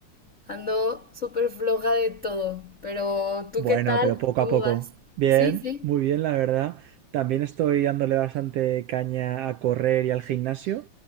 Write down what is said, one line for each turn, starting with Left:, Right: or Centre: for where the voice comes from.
Left: ando súper floja de todo. Pero ¿tú
Right: Bueno,
Left: qué tal?
Right: pero poco
Left: ¿Cómo
Right: a poco.
Left: vas?
Right: Bien,
Left: Sí, sí.
Right: muy bien, la verdad. También estoy dándole bastante caña a correr y al gimnasio.